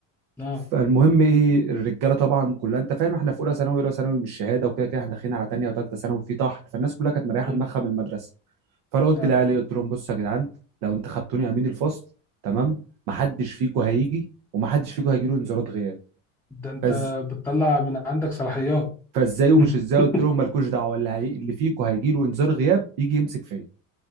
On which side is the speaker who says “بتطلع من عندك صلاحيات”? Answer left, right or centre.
Centre